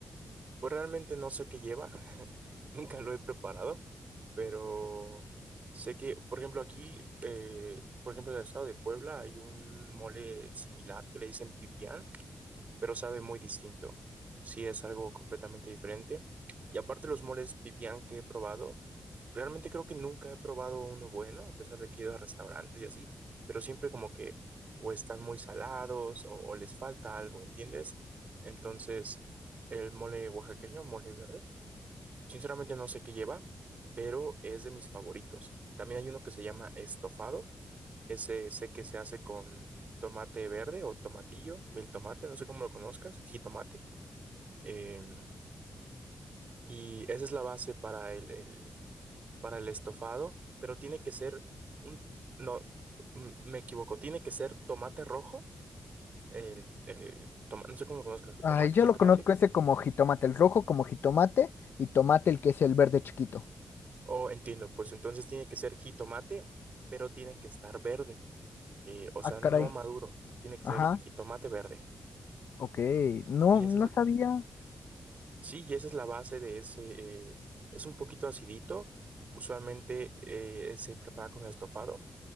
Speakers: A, on the right; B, on the left.
A: Pues realmente no sé qué lleva, <laughs> nunca lo he preparado, pero sé que, por ejemplo, aquí, eh, por ejemplo, en el estado de Puebla hay un mole similar que le dicen pipián, pero sabe muy distinto. Sí es algo completamente diferente. Y aparte los moles pipián que he probado, realmente creo que nunca he probado uno bueno, a pesar de que he ido a restaurantes y así, pero siempre como que o están muy salados o, o les falta algo, ¿entiendes? Entonces, el mole oaxaqueño, mole verde, sinceramente no sé qué lleva, pero es de mis favoritos. También hay uno que se llama estofado, ese ese que se hace con tomate verde o tomatillo, mil tomate, no sé cómo lo conozcas, jitomate. Em, y esa es la base para el, el- para el estofado, pero tiene que ser un, no, m- me equivoco, tiene que ser tomate rojo, el, el toma- no sé cómo lo conozcas,
B: Ay,
A: tomate,
B: yo
A: jitomate,
B: lo conozco ese como jitomate, el rojo como jitomate y tomate el que es el verde chiquito.
A: oh entiendo, pues entonces tiene que ser jitomate, pero tiene que estar verde, eh, o sea,
B: Ah, caray.
A: no maduro, tiene que
B: Ajá,
A: ser jitomate verde.
B: ok, no,
A: Y
B: no
A: esa es,
B: sabía.
A: Sí, y esa es la base de ese, eh, es un poquito acidito, usualmente eh, se prepara con estofado,